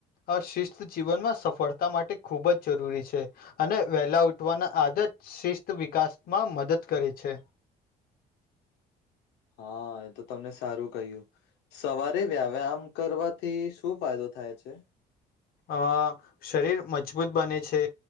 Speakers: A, on the left; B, on the left.
A: આ શિસ્ત જીવનમાં સફળતા માટે ખૂબ જ જરૂરી છે અને વહેલા ઉઠવાના આદત શિસ્ત વિકાસમાં મદદ કરે છે
B: હા એ તો તમને સારું કહ્યું સવારે વ્યાવે આમ. કરવાથી શું ફાયદો થાય છે.
A: અ શરીર મજબૂત બને છે.